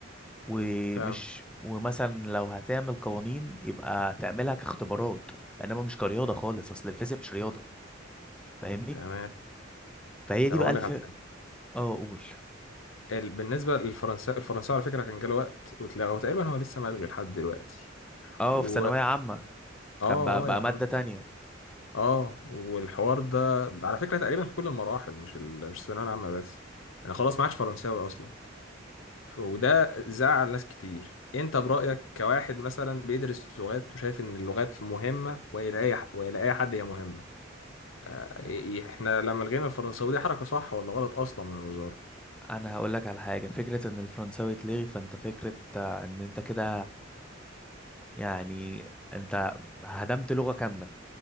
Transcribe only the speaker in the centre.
ومش
ومثلا لو هتعمل قوانين يبقى تعملها كاختبارات انما مش كرياضه خالص اصل الفيزياء مش رياضه فاهمني
فهي
دي بقى
الف
اه اقول
اه
في ثانوية عامة
كان بقى
بقى
مادة تانية
انا هقول لك على حاجة فكرة ان الفرنساوي اتلغي فانت فكرة آه، ان انت كده يعني انت هدمت لغة كاملة